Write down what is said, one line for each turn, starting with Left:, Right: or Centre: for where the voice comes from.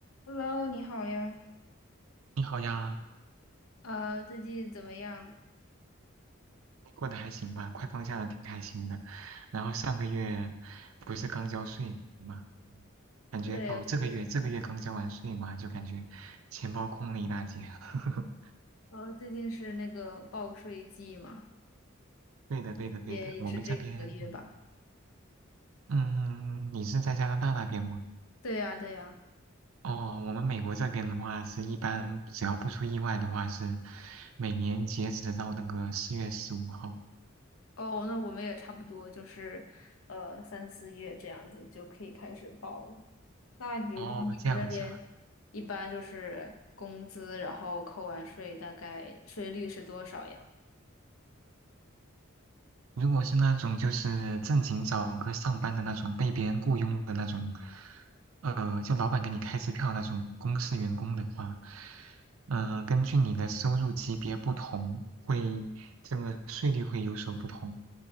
Left: Hello，你好呀。
Right: 你好呀，
Left: 呃，最近怎么样？
Right: 你过得还行吧？快放假了，挺开心的。然后上个月不是刚交税吗？嗯感觉哦，
Left: 对，我最近是，
Right: 这个月这个月刚交完税嘛，就感觉钱包空了一大截。<laughs>
Left: 呃，最近是那个报税季嘛，
Right: 对的，对的，对的。
Left: 这边也是这几个月吧。
Right: 我们这边，嗯嗯，你是在加拿大那边吗？
Left: 对呀，对呀。
Right: 哦，我们美国这边的话，是一般只要不出意外的话，是每年截止到那个四月十五号。
Left: 哦，那我们也差不多，就是呃三四月这样子就可以开始报了。那比如说你们那边一般就是工资，
Right: 哦，这样子啊。
Left: 然后扣完税，大概税率是多少呀？
Right: 如果是那种就是正经找个上班的那种被别人雇佣的那种，呃，就老板给你开支票那种公司员工的话，呃，根据你的收入级别不同，会这个税率会有所不同。